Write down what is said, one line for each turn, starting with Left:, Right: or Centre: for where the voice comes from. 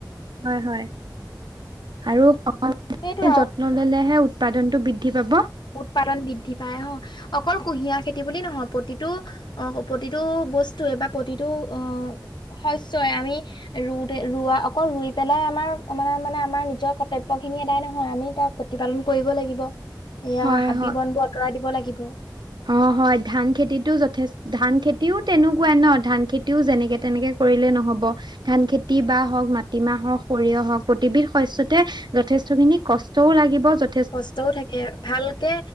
Right: হয়-হয় আৰু <unintelligible>
Left: সেইটোৱে আৰু
Right: নল'লেহে উৎপাদনতটো বৃদ্ধি পাব।
Left: উৎপাদন বৃদ্ধি পায় অ'। অকল কুঁহিয়াৰ খেতি বুলি নহয়, প্ৰতিটো অ', প্ৰতিটো বস্তুৱে বা প্ৰতিটো অ, শস্যই আমি ৰু তে অকল ৰোৱা অকল ৰুই পেলাই আমাৰ মানে-মানে আমাৰ নিজৰ কৰ্তব্য খিনি এদাই নহয় আমি তাক প্ৰতিপালন কৰিব লাগিব, এয়া
Right: হয়
Left: হাবি
Right: হয়
Left: বন বোৰ আঁতৰাই দিব লাগিব।
Right: অ', হয়। ধান খেতিতটো যথে ধান খেতিও তেনেকুৱাই ন? ধান খেতিও যেনেকে তেনেকে কৰিলে নহ'ব। ধান খেতি বাাহ হওঁক মাটিমাহ হওঁক সৰিয়হ হওঁক প্ৰতিবিধ শস্যতে যথেষ্ট খিনি কষ্টও লাগিব য
Left: কষ্টও থাকে, ভালকে